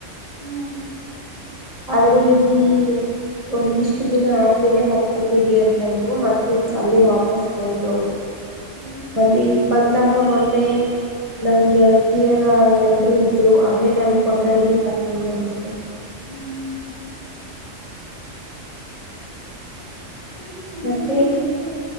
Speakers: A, on the left; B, on the right.
A: ಹ್ಮ್
B: ಆದ್ರೆ ಇಲ್ಲಿ ಒಂದಿಷ್ಟು ದಿನ ಆದ್ಮೇಲೆ ಕರ್ಕೋತೀವಿ ಅಂತಂದ್ರು ಮತ್ತೆ ಅಲ್ಲೇ ವಾಪಸ್ ಹೋದ್ಲುವಳು
A: ಹೌದಾ
B: ಬನ್ನಿ ಈ ಬಂದಾಗ ಮೊನ್ನೆ ನನ್ ಗೆಳತಿಯರ ಎಲ್ರುೂ ಇದ್ರು ಅದೇ ನನ್ ಕೊಠಡಿಗೆ ಪರ್ಕೊ್ ಬಂದಿದ್ದೆ
A: ಹ್ಮ್ ಹ್ಮ ಹ ಇಲ್ಲ
B: ಮತ್ತೆ
A: ಇದ್ೂ ನೀ ಆ